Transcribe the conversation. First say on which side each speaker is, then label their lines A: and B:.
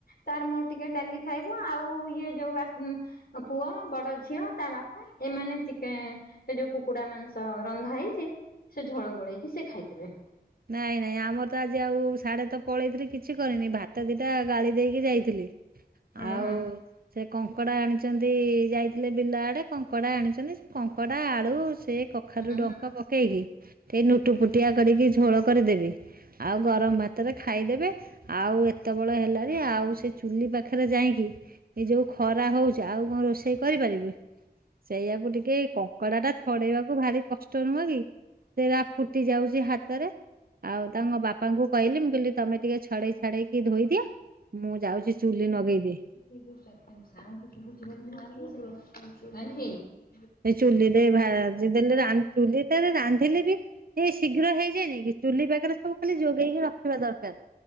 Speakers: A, on the left; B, on the right.
A: ତାର ମୋର ଟିକେ ଡାଲି ଖାଇବୁ ଆଉ ଇଏ ଯୋଉ ଆ ଉଁ ପୁଅ ବଡ ଝିଅ ତା ବାପା ଏମାନେ ଚିକେଁ ଏ ଯୋଉ କୁକୁଡା ମାଂସ ର ରନ୍ଧା ହେଇଛି ସେ ଝୋଳ ଗୋଳେଇକି ସେ ଖାଇଦେବେ।
B: ନାଇଁ ନାଇଁ ଆମର ତ ଆଜି ଆଉ ସାଡେ ତ ପଳେଇଥିଲି କିଛି କରିନି ଭାତ ଦୁଇଟା ଗାଳି ଦେଇକି ଯାଇଥିଲି।
A: ହୁଁ
B: ଆଉ
A: ହୁଁ
B: ସେ କଙ୍କଡା ଆଣିଛନ୍ତି ଯାଇଥିଲେ ବିଲ ଆଡେ କଙ୍କଡା ଆଣିଛନ୍ତି କଙ୍କଡା ଆଳୁ ସେ କଖାରୁୁ
A: ହୁଁ
B: ଡଙ୍କା
A: ହୁଁ।
B: ପକେଇକି ସେ ନୁଟୁ ପୁଟିଆ କରିକି ଝୋଳ କରିଦେବି। ଆଉ ଗରମ ଭାତରେ ଖାଇଦେବ। ଆଉ ଏତେବେଳ ହେଲାଣି ଆଉ ସେ ଚୁଲି ପାଖରେ ଯାଇକି ଏଇ ଯୋଉ ଖରା ହଉଛି ଆଉ କଣ ରୋଷେଇ କରିପାରିବ, ସେଇଆକୁ ଟିକେ କଙ୍କଡା ଟା ଛଡେଇବାକୁ ଭାରି କଷ୍ଟ ନୁହଁ କି, ସେରା ଫୁଟି ଯାଉଛି ହା ତରେ ଆଉ ତାଙ୍କ ବାପାଙ୍କୁ କହିଲି ମୁଁ କହିଲି ତମେ ଟିକେ ଛଡେଇ ଛାଡେଇକି ଧୋଇଦିଅ ମୁଁ ଯାଉଛି ଚୁଲି ନଗେଇଦିଏ।
A: <unintelligible>
B: ଏ ଚୁଲିରେ ଭାଜି ଦେଲେ ଚୁଲିଟେ ରେ ରାନ୍ଧିଲେ ବି ଏ ଶୀଘ୍ର ହେଇ ଚୁଲି ପାଖରେ ସବୁ ଖାଲି ଯୋଗେଇକି ରଖିଥିବା ଦରକାର।